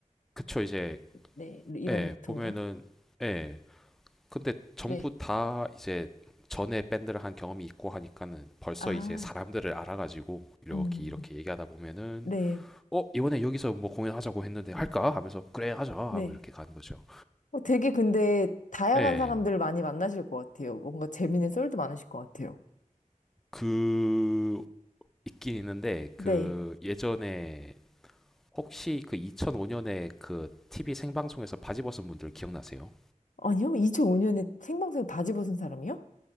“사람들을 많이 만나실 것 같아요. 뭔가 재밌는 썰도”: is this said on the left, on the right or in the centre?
Left